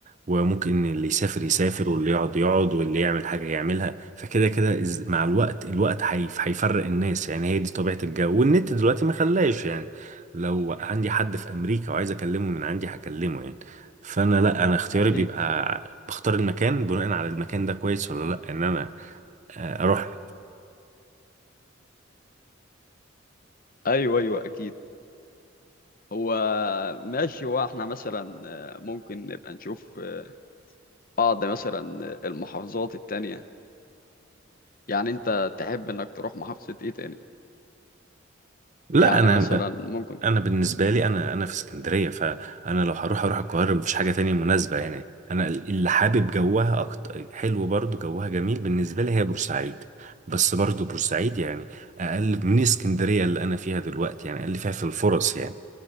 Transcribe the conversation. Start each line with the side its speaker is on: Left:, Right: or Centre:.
Right: وممكن اللي يسافر يسافر واللي يقعد يقعد واللي يعمل حاجة يعملها فكده كده إز- مع الوقت الوقت هيف- هيفرق الناس يعني هي دي طبيعة الجو والنت دلوقتي ما خلاش يعني لو عندي حد في أمريكا وعايز أكلمه من عندي هكلمه يعني فأنا لا أنا اختياري
Left: اكيد
Right: بيبقى بختار المكان بناء على المكان ده كويس ولا لا إن أنا آه، أروح له
Left: ايوه ايوه اكيد هو ماشي هو احنا مثلا آه، ممكن نبقى نشوف آه، بعض مثلا آه، المحافظات التانية يعني انت تحب انك تروح محافظة ايه تاني
Right: لا
Left: يعني
Right: أنا
Left: مثلا ممكن
Right: انا بالنسبه لي انا انا في اسكندريه فانا لو هروح اروح القاهره مفيش حاجه تانية مناسبه يعني انا اللي حابب جوها اكتر حلو برضو جوها جميل بالنسبه لي هي بورسعيد بس برضو بورسعيد يعني اقل من اسكندريه اللي انا فيها دلوقتي يعني اقل فيها في الفرص يعني